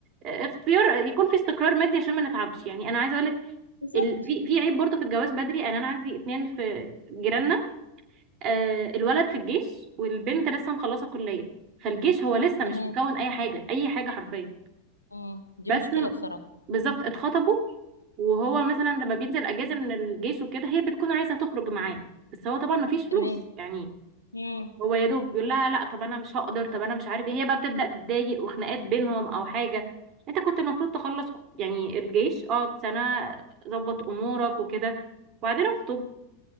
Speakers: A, on the right; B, on the left.
A: آه، اختيار يكون في استقرار مادي عشان ما نتعبش يعني انا عايزه اقول لك
B: بالظبط
A: ال... في في عيب برضه في الجواز بدري يعني انا عندي اتنين في جيراننا آه الولد في الجيش والبنت لسه مخلصه كليه فالجيش هو لسه مش
B: تمام
A: مكون اي حاجه اي حاجه حرفيا
B: مم. دي
A: بس
B: مشكلة بصراحة
A: بالظبط اتخطبوا وهو مثلا لما بينزل اجازه من الجيش وكده هي بتكون عايزه تخرج معاه بس هو طبعا مفيش فلوس
B: تمام
A: يعني
B: مم.
A: هو يا دوب بيقول لها لا طب انا مش هقدر طب انا مش عارف ايه هي بقى بتبدا تتضايق وخناقات بينهم او حاجه انت كنت المفروض تخلص ك- يعني الجيش اقعد سنه ظبط امورك وكده وبعدين اخطب